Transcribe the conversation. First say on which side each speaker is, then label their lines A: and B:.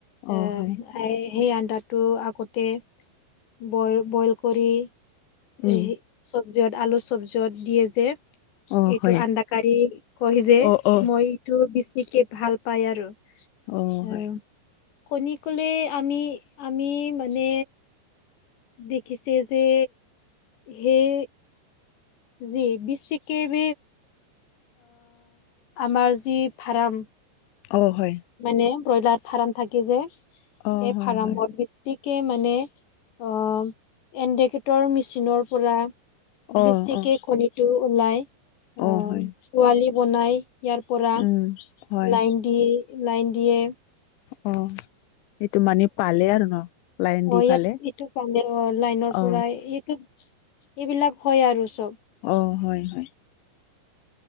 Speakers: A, on the left (about 80°); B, on the left (about 65°).
A: অ'
B: এ
A: হয়,
B: খাই সেই আন্দাটো আগতে বইল কৰি-কৰি
A: উম,
B: এ চব্জিয়ত আলুৰ চব্জিত দিয়ে যে
A: অ'
B: এইটো
A: হয়,
B: আডাকাৰী কয় যে
A: অ' অ',
B: মই টো বেছিকে ভাল পায় আৰু
A: অ' হয়,
B: আহ কণী ক'লে আমি-আমি মানে দেখিছে যে সেই জি বিশ্ব কে ম আমাৰ যি ফাৰ্ম
A: অ হয় <unintelligible>
B: মানে ব্ৰইলাৰ ফাৰ্ম থাকে যে এই
A: অ' হয়,
B: ফাৰ্মত
A: হয়,
B: বেছিকে মানে অ' এন্দেকেটৰ মেচিনৰ পৰা
A: অ'
B: বেচিকে
A: অ',
B: কণীটো ওলাই, আ
A: অ' হয়,
B: পোৱালি বনাই ইয়াৰ পৰা
A: উম, হয়।
B: লাইন দিয়ে, লাইন দিয়ে।
A: অ' সেইটো মানে পালে আৰু ন? লাইন
B: অ'
A: দি
B: ইয়াত
A: ফালে
B: এইটো <unintelligible> লাইনৰ পৰাই
A: অ
B: এইটো <unintelligible> এইবিলাক হয় আৰু চব।
A: অ' হয়-হয়।